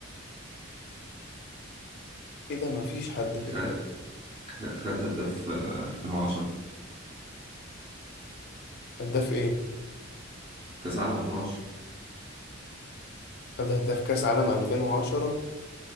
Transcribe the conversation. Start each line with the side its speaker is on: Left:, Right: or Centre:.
Left: إيه ده ما فيش حد في
Right: خ-
Left: دماغي
Right: خ- خد هداف آه، 2010
Left: هداف إيه
Right: كاس عالم 2010
Left: خد هداف كأس عالم 2010